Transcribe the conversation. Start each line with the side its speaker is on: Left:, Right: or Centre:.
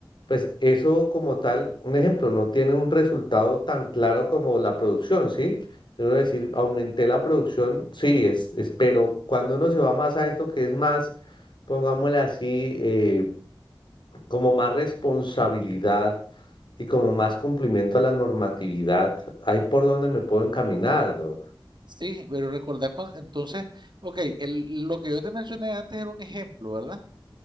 Left: Pues eso como tal, un ejemplo, no tiene un resultado tan claro como la producción, ¿sí? Debo decir, aumenté la producción, sí, es, es- pero cuando uno se va más a esto que es más, pongámosle así, eh, como más responsabilidad y como más cumplimiento a la normatividad, ahí por donde me puedo encaminar, Doc.
Right: sí, pero recordar, cuan- entonces, ok, el- lo que yo te mencioné antes era un ejemplo, ¿verdad?